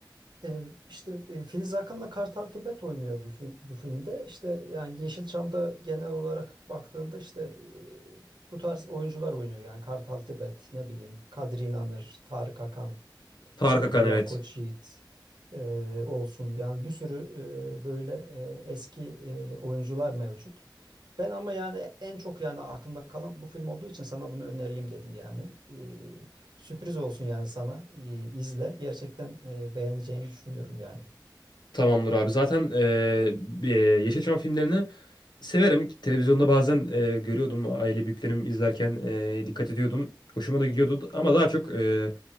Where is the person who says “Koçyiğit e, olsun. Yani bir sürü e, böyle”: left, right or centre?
Right